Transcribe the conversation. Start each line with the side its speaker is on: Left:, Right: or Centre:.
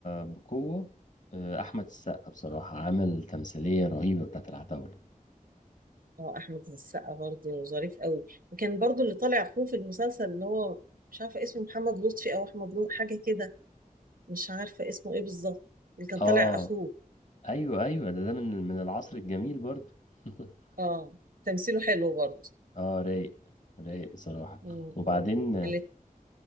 Left: بقوه آه، احمد السقا بصراحه عمل تمثيليه رهيبه بتاعت العتاوله
Right: اه أحمد السقا برضه ظريف قوي وكان برضه اللي طالع أخوه في المسلسل اللي هو مش عارفة اسمه محمد لطفي أو أحمد لطفي حاجة كده مش عارفة اسمه إيه بالظبط اللي كان طالع
Left: اه
Right: أخوه
Left: ايوه ايوه ده, ده من من العصر الجميل برضو <laughs>
Right: اه تمثيله حلو برضه
Left: اه رايق رايق بصراحة
Right: مم،
Left: وبعدين
Right: مم.
Left: آه،
Right: اللي